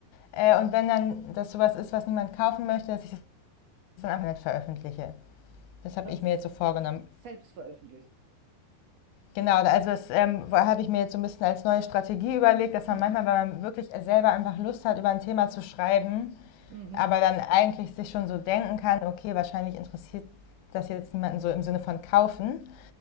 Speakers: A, on the left; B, on the right.
A: Äh, und wenn dann das sowas ist, was niemand kaufen möchte, dass ich das dann einfach nicht veröffentliche. Das habe
B: dass
A: ich
B: Das
A: mir jetzt so vorgenommen.
B: selbst veröffentlicht.
A: Genau, also das ähm, habe ich mir jetzt so ein bisschen als neue Strategie überlegt, dass man
B: Mhm.
A: manchmal, wenn man wirklich selber einfach Lust hat, über ein Thema zu schreiben,
B: Mhm.
A: aber dann eigentlich sich schon so denken kann, okay, wahrscheinlich interessiert das jetzt niemanden so im Sinne von kaufen,